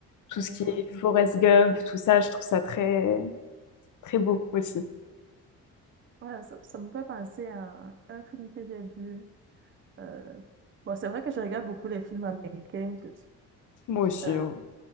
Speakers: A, on the left; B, on the right.
A: tout
B: Je
A: ce
B: vois,
A: qui est
B: je
A: Forrest
B: vois.
A: Gump, tout ça, je trouve ça très, très beau aussi.
B: Ouais, ça, ça me fait penser à un film que j'ai vu. euh, Bon, c'est vrai que je regarde beaucoup les films américains que-
A: Moi aussi.
B: euh,
A: hein.